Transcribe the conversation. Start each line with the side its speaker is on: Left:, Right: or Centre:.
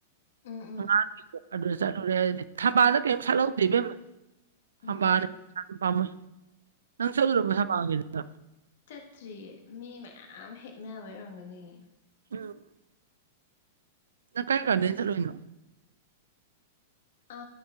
Left: ꯎꯝ ꯎꯝ
Right: <unintelligible> ꯑꯗꯨ ꯆꯠꯂꯨꯔꯦ ꯍꯥꯏꯗꯤ ꯊꯝꯕꯥꯜꯗ ꯀꯔꯤꯝ ꯁꯥꯠꯍꯧꯗꯦ ꯏꯕꯦꯝꯃ
Left: ꯎꯝ
Right: ꯊꯝꯕꯥꯜꯅ ꯄꯩꯁꯥꯗꯨꯝ ꯄꯥꯝꯃꯨꯏ ꯅꯪ ꯆꯠꯂꯨꯨꯔꯕꫭ ꯊꯝꯕꯥꯜꯒꯤꯗꫭ
Left: ꯆꯠꯇ꯭ꯔꯤꯌꯦ ꯃꯤ ꯃꯌꯥꯝ ꯍꯦꯛꯅꯕꯩ ꯑꯣꯏꯔꯝꯒꯅꯤꯌꯦ
Right: ꯎꯝ ꯅꯪ ꯀꯔꯝ ꯀꯥꯟꯗꯒꯤ ꯆꯠꯂꯨꯏꯅꯣ <inaudible>
Left: ꯑ